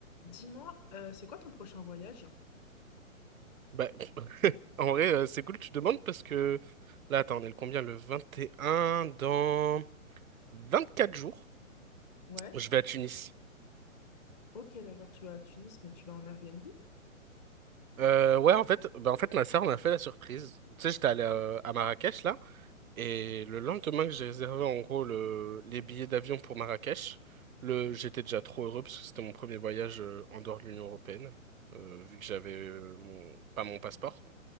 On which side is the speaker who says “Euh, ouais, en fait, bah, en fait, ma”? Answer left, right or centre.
Right